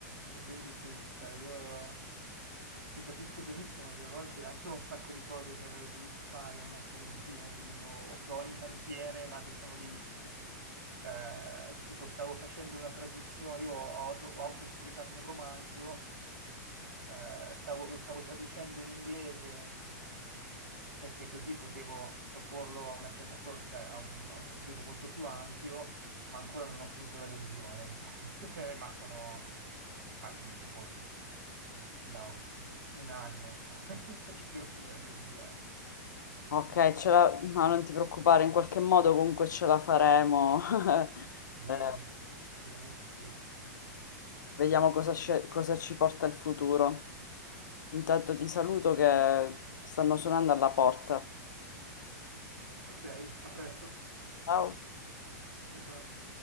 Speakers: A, on the right; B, on the left.
A: e quindi sì, cioè io ti capisco benissimo che a volte anche io ho un sacco di cose che avrei voluto fare o mettere in piedi o, o che ho in cantiere ma che sono lì. Eh, tipo stavo facendo una traduzione, io ho, auto- ho autopubblicato un romanzo, eh, stavo- lo stavo traducendo in inglese perché così potevo proporlo a una piattaforma, cioè a un, a un pubblico molto più ampio, ma ancora non ho finito la revisione, <laughs> Eh, ma sono ma, mh, tipo da, s- da un anno <laughs> che devo finire la revisione.
B: Ok, ce la- ma non ti preoccupare, in qualche modo comunque ce la faremo. <laughs>
A: Sì,
B: Eh,
A: sicuramente sì.
B: vediamo cosa, sce- cosa ci porta il futuro. Intanto ti saluto che stanno suonando alla porta.
A: Ok, a presto.
B: Ciao.
A: Ciao ciao.